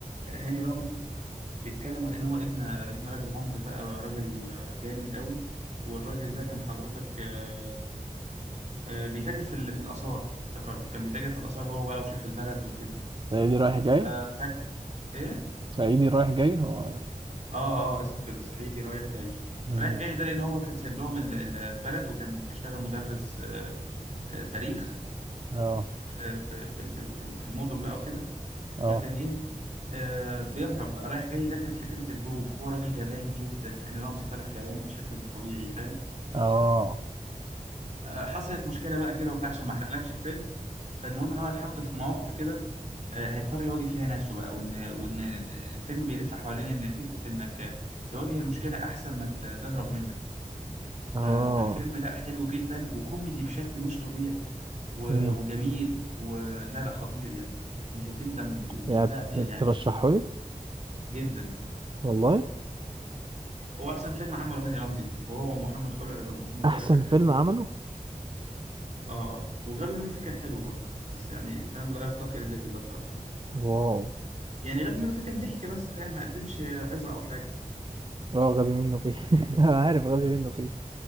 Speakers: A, on the right; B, on the right.
A: هاني رمزي بيتكلم عن ان هو ابن ابن راجل عمده بقى راجل جامد قوي والراجل ده كان حضرتك آه، آه، بيتاجر في ال- في الاثار افتكرت كان بيتاجر في الاثار هو بقى وشيخ البلد وكده
B: صعيدي رايح جاي
A: ف ف- ايه
B: صعيدي رايح جاي هو
A: اه اه اسمه كده صعيدي رايح جاي
B: مم.
A: رايح جاي ده لان هو كان سايب لهم ال- ال- البلد وكان بيشتغل مدرس آه، آه، تاريخ
B: اه
A: في في في في في في المدن بقى وكده
B: اه
A: فكان ايه آه، بيهرب بقى رايح جاي ده كان فكرة الهروب هو راجل جبان جدا هاني رمزي طلع جبان بشكل مش طبيعي فاهم
B: اه
A: آه، حصلت مشكلة بقى كده وبتاع عشان ما احرقلكش الفيلم فالمهم ان هو اتحط في مواقف كده آه، هيضطر يواجه فيها نفسه بقى وان وان الفيلم بيلف حوالين ان فكرة انك تواجه المشكلة احسن ما ت- تهرب منها ف-
B: اه
A: فالفيلم لا حلو جدا وكوميدي بشكل مش طبيعي و-
B: امم
A: وجميل ولا لا خطير يعني مش هتندم ومش
B: يعني
A: هتضيع دقيقة
B: ت-
A: يعني
B: ترشحه لي
A: جدا
B: والله
A: هو أحسن فيلم عمله هاني رمزي وهو محمد خلع محمد
B: احسن
A: خلع كان
B: فيلم
A: حلو برضه
B: عمله
A: اه وغبي منه فيه كان حلو برضه بس يعني فاهم لا يرتقي للليفل ده بصراحة
B: واو
A: يعني غبي منه فيه كان ضحك بس فاهم ما قدمش عظة أو حاجة
B: اه غبي منه فيه <laughs> انا عارف غبي منه فيه